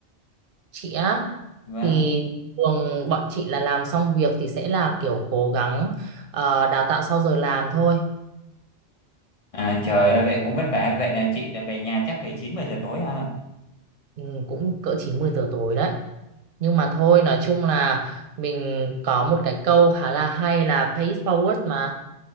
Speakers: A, on the right; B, on the left.
A: Chị á
B: Vâng.
A: thì thường bọn chị là làm xong việc thì sẽ là kiểu cố gắng ờ, đào tạo sau giờ làm thôi
B: À trời ơi vậy cũng vất vả. Vậy là chị là về nhà chắc phải 9 10 giờ tối ha.
A: Ừ, cũng cỡ 90 giờ tối đấy. Nhưng mà thôi, nói chung là mình có một cái câu khá là hay là pay it forward mà.